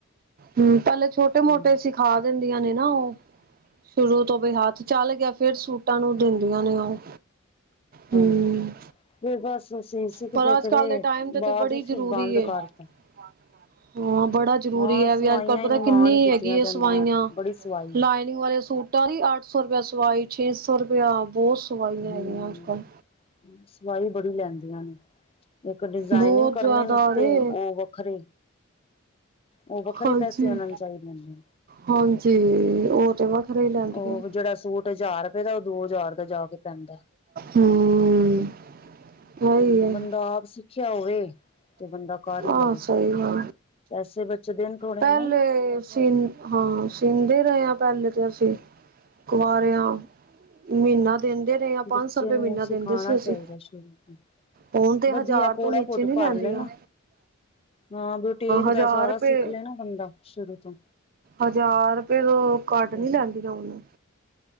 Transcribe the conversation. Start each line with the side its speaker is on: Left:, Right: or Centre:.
Right: ਹਮ ਪਹਿਲੇ ਛੋਟੇ
Left: ਹੂੰ
Right: ਮੋਟੇ ਸਿਖਾਂਦੇ। ਸਿੱਖਾ ਦਿੰਦੀਆਂ ਨੇ ਨਾ ਉਹ ਸ਼ੁਰੂ ਤੋਂ ਬਈ ਹੱਥ ਚੱਲ ਗਿਆ ਫਿਰ ਸੂਟਾ ਟਾਂ ਨੂੰ ਦਿੰਦੀਆਂ ਨੇ ਉਹ ਹਮ।
Left: ਹਾਂ ਫੇਰ ਬਸ ਅਸੀਂ ਸਿੱਖਦੇ
Right: ਪਰ ਅੱਜ
Left: ਤੇ ਰਹੇ
Right: ਕੱਲ ਦੇ ਟਾਈਮ ਤੇ
Left: ਬਾਅਦ
Right: ਬੜੀ
Left: ਹੀ
Right: ਜਰੂਰੀ
Left: ਫਿਰ ਬੰਦ
Right: ਹਾਂ
Left: ਕਰਤਾ
Right: ਬੜਾ ਜਰੂਰੀ
Left: ਹਾਂ
Right: ਹੈ
Left: ਸਵਾਈਆਂ
Right: ਵੀ ਅੱਜ ਕੱਲ
Left: ਹੀ
Right: ਪਤਾ
Left: ਨਿਮਾਣ
Right: ਕਿੰਨੀ
Left: ਕੀਤੀਆਂ
Right: ਹੈਗੀ ਹੈ
Left: ਜਾਂਦੀਆਂ
Right: ਸਵਾਈਆਂ
Left: ਬੜੀ ਸਵਾਈ
Right: ਲਾਈਨਿੰਗ ਵਾਲੇ ਸੂਟ ਅਟਾਰੀ ਅੱਠ ਸੌ ਰੁਪਇਆ ਸਵਾਈ ਛੇਹ ਸੌ ਰੁਪਇਆ ਬਹੁਤ ਸਵਾਈਆਂ
Left: ਹੂੰ
Right: ਹੈਗੀਆਂ ਅੱਜ ਕੱਲ੍ਹ।
Left: ਸਵਾਈ ਬੜੀ ਲੈਂਦੀਆਂ ਨੇ ਇੱਕ ਡਿਜ਼ਾਇਨਿੰਗ
Right: ਬਹੁਤ
Left: ਕਰਨੇ
Right: ਜ਼ਿਆਦਾ
Left: ਤੇ
Right: ਰੇ
Left: ਉਹ ਵੱਖਰੇ ਉਹ ਵੱਖਰੇ
Right: ਹਾਂਜੀ
Left: ਪੈਸੇ ਉਹਨਾ ਨੂੰ ਚਾਹੀਦੇ ਨੇ।
Right: ਹਾਂਜੀ ਉਹ ਤੇ ਵੱਖਰੇ ਹੀ ਲੈਂਦੀਆਂ।
Left: ਉਹ ਜਿਹੜਾ ਸੂਟ ਹਜ਼ਾਰ ਰੁਪਏ ਦਾ ਉਹ ਦੋ ਹਜ਼ਾਰ ਦਾ ਜਾ ਕੇ ਪੈਂਦਾ
Right: ਹਮ। ਸਹੀ
Left: ਹੂੰ
Right: ਹੈ
Left: ਬੰਦਾ ਆਪ ਸਿੱਖਿਆ ਹੋਵੇ ਤੇ ਬੰਦਾ ਕਰ ਹੀ
Right: ਹਾਂ
Left: ਲਵੇ
Right: ਸਹੀ ਹੈ।
Left: ਪੈਸੇ ਬੱਚਦੇ ਨੇ। ਥੋੜੇ
Right: ਪਹਿਲੇ
Left: ਨਹੀਂ
Right: ਸੀ ਹਾਂ ਸੀਂਦੇ ਰਹੇ ਹਾਂ ਪਹਿਲੇ ਤੇ ਅਸੀਂ। ਕੁਆਰਿਆਂ ਮਹੀਨਾ ਦਿੰਦੇ ਰਹੇ ਹਾਂ ਪੰਜ
Left: ਬੱਚੇ
Right: ਸੌ ਰੁਪਏ
Left: ਨੂੰ
Right: ਮਹੀਨਾ
Left: ਸਿਖਾਣਾ
Right: ਦਿੰਦੇ ਸੀ ਅਸੀਂ
Left: ਚਾਹੀਦਾ ਸ਼ੁਰੂ ਤੋਂ
Right: ਉਹ ਤੇ
Left: ਵਧੀਆ
Right: ਹਜ਼ਾਰ
Left: ਕੋੜਾ
Right: ਤੋਂ ਨੀਚੇ
Left: ਕੋਟ
Right: ਨੀ
Left: ਭਰ
Right: ਲੈਂਦੀਆਂ।
Left: ਲੈਣਾ ਹਾਂ ਬੁਟੀਕ
Right: ਹਜ਼ਾਰ
Left: ਦਾ ਸਾਰਾ
Right: ਰੁਪਏ
Left: ਸਿੱਖ ਲੈਣਾ ਬੰਦਾ ਸ਼ੁਰੂ ਤੋਂ।
Right: ਹਜ਼ਾਰ ਰੁਪਏ ਤੋਂ ਘੱਟ
Left: ਤੇ
Right: ਨੀ ਲੈਂਦੀਆਂ‌ ਉਹ।